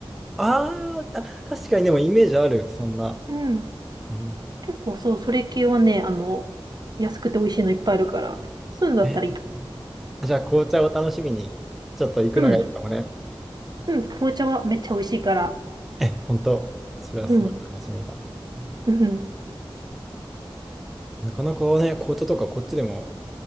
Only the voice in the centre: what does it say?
あーあ、確かにでもイメージある、そんな。
うん。
え、あじゃあ、紅茶を楽しみに、ちょっと行くのがいいかもね。
え、本当、それはすごい楽しみだ。
うん
なかなかね、紅茶とかこっちでも